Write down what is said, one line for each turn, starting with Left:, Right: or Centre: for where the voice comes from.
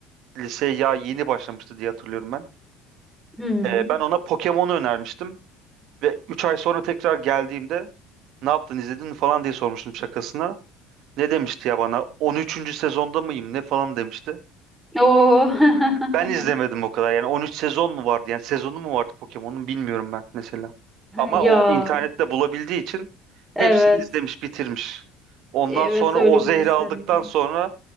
Right: liseye ya yeni başlamıştı diye hatırlıyorum ben.
Centre: Hı hı.
Right: Ee, ben ona Pokemon'u önermiştim. Ve 3 ay sonra tekrar geldiğimde ne yaptın izledin mi falan diye sormuştum şakasına. Ne demişti ya bana On üçüncü sezonda mıyım ne falan demişti.
Centre: Oo. <laughs>
Right: Ben izlemedim o kadar. Yani 13 sezon mu vardı? Yani sezonu mu vardı Pokemon'un bilmiyorum ben mesela. Ama
Centre: Ya.
Right: o internette bulabildiği için
Centre: Evet.
Right: hepsini izlemiş, bitirmiş. Ondan
Centre: Evet
Right: sonra
Centre: öyle
Right: o zehri
Centre: bir nesle
Right: aldıktan
Centre: denk geldik.
Right: sonra